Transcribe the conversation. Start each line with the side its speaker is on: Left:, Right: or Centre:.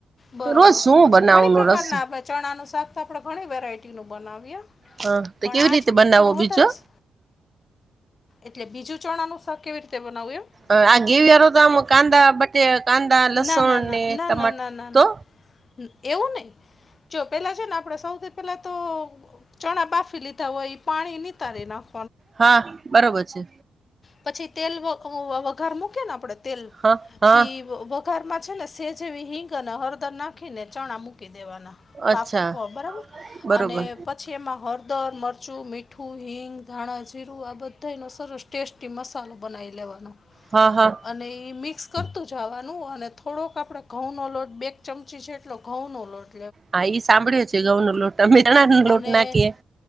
Left: બરોબર
Right: રોજશું બનાવનું
Left: ઘણી પ્રકારના
Right: રસ.
Left: આપણે ચણાનું શાક તો આપણે ઘણી વેરાયટીનું બનાવીએ.
Right: હા તો
Left: પણ
Right: કેવી
Left: આ
Right: રીતે
Left: છે
Right: બનાવો
Left: ને થોડું વધારે
Right: બીજો
Left: છે. એટલે બીજું ચણાનું શાક કેવી રીતે બનાવું એમ.
Right: આ ઘેવીર તો આમ કાંદા બટે કાંદા લસુણ
Left: ના ના ના
Right: ને
Left: ના
Right: ટમાટા
Left: ના ના ના
Right: તો.
Left: ના એવું નહી જો પેલા છે. ને આપણે સૌથી પેલા તો. ચણા બાફી લીધા હોય પાણી નીતારે નાખ.
Right: હા બરોબર છે.
Left: પછી તેલ વઘાર મૂકી ને આપડે તેલ
Right: હા હા
Left: ઈ- વઘારમાં છે ને સે જેવી હિંગ અને હળદર નાખીને ચણા મૂકી દેવાના-
Right: અચ્છા
Left: બાફ બરાબર
Right: બરોબર
Left: અને- પછી એમાં હળદર મરચું મીઠું હિંગ ધાણા જીરું આ બધા ન સરસ- ટેસ્ટી મસાલો બનાવી લેવાનો-
Right: હા હા-
Left: અને એ મિક્સ કરતું જવાનું અને થોડોક આપણે ઘઉંનોો લોટ બે ચમચી જેટલો- ઘઉં નો રોટલી
Right: હા ઈ સાંભળ્યો છે ઘઉ નો લોટમેીરણા નો
Left: અને
Right: લોટ નાખીએ-